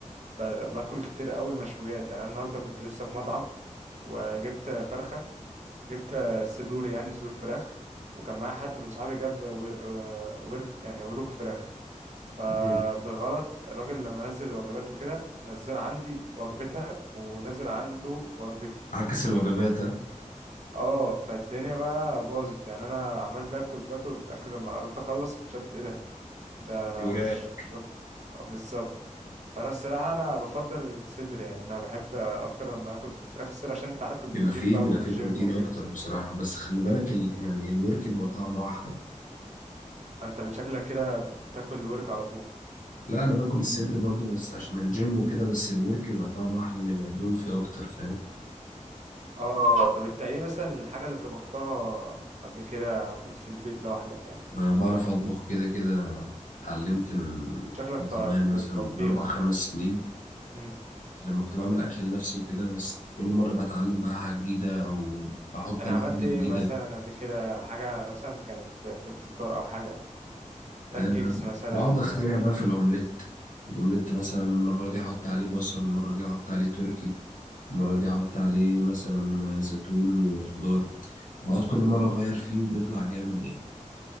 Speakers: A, on the right; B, on the left.
A: ب- باكل كتير قوي مشويات يعني انا النهارده كنت لسه في مطعم وجبت فرخه جبت صدور يعني صدور فراخ وكان معايا حد من صحابي جاب ور... ورك يعني وروك فراخ فبالغلط
B: مم.
A: الراجل لما نزل الوجبات وكده نزل عندي وجبتها ونزل عنده وجبتي
B: عكس الوجبات ها
A: اه فالدنيا بقى باظت يعني انا عمال باكل باكل وفي الاخر لما قربت اخلص اكتشفت ايه ده ده انا
B: يوراه
A: مش مش بك... آه، بالظبط فانا الصراحه انا بفضل الصدر يعني انا بحب اكتر لما اكل في الفراخ الصدر عشان انت عارف البروتين
B: بيبقى فيه
A: بقى
B: بيبقى
A: والجيم
B: فيه بروتين
A: وكده
B: اكتر بصراحه بس خلي بالك ال... يعني الورك بيبقى طعمه احلى
A: انت بشكلك كده بتاكل ورك على طول
B: لا انا باكل الصدر برضو بس عشان الجيم وكده بس الورك بيبقى طعمه احلى ان بيبقى الدهون فيه اكتر فاهم
A: اه طب انت ايه مثلا الحاجه اللي طبختها قبل كده وكنت في البيت لوحدك يعني
B: انا بعرف اطبخ كده كده اتعلمت من
A: شكلك
B: من
A: ط-
B: زمان
A: بت-
B: مثلا
A: طبيخ
B: من اربع خمس سنين
A: امم
B: لما كنت بعمل أكل لنفسي وكده بس كل مرة بتعلم بقى حاجة جديدة أو بحط
A: انا
B: أنا
A: عملت
B: حاجة
A: ايه
B: جديدة
A: مثلا قبل كده حاجه مثلا كانت في الفطار او حاجه
B: أه
A: بانكيكس مثلا
B: بقعد أخترع بقى في الأومليت الأومليت مثلا المرة دي أحط عليه بصل المرة دي أحط عليه تركي المرة دي أحط عليه مثلا زيتون وخضار بقعد كل مرة أغير فيه وبيطلع جامد يعني